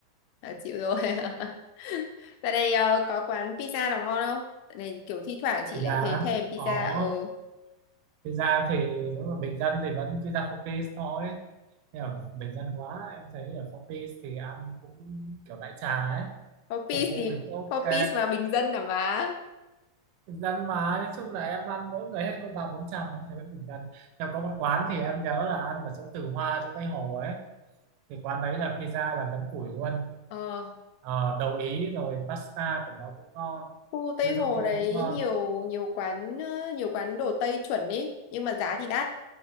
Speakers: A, on the left (about 85°); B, on the right (about 85°).
A: À, chịu rồi <laughs> Tại đây ờ, có quán pizza nào ngon không? Tại này kiểu thi thoảng chị
B: thực
A: lại
B: ra
A: thấy thèm pizza
B: có
A: ở
B: thực ra thì nếu mà bình dân thì vẫn tuy ra phong phí thôi nhưng mà bình dân quá em thấy ở phong phí thì ăn cũng kiểu đại trà ấy
A: Four thì
B: phục vụ thì cũng ok
A: Four mà bình dân à má.
B: bình dân mà nói chung là em ăn mỗi người hết có ba bốn trăm em thấy vẫn bình dân nhưng có một quán thì em nhớ là ăn ở chỗ Từ Hoa chỗ Tây Hồ ấy thì quán đấy là pizza là nấm củi luôn
A: Ờ,
B: Ờ, đậu Ý rồi pasta của nó cũng ngon
A: khu Tây
B: risotto
A: Hồ đấy
B: cũng ngon
A: nhiều nhiều quán ờ, nhiều quán đồ Tây chuẩn ý, nhưng mà giá thì đắt.